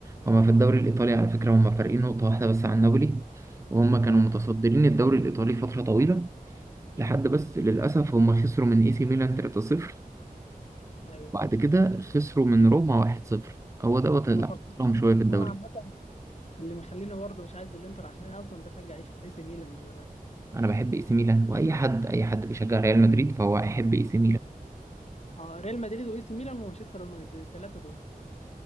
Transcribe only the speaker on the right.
هما في الدوري الايطالي على فكره هما فارقين نقطه واحده بس عن نابولي وهما كانوا متصدرين الدوري الايطالي فتره طويله لحد بس للاسف هما خسروا من اي سي ميلان 3-0
وبعد كده خسروا من روما 1-0 هو دوت اللي
حصلهم شويه في الدوري
انا بحب اي سي ميلان واي حد اي حد بيشجع ريال مدريد فهو هيحب اي سي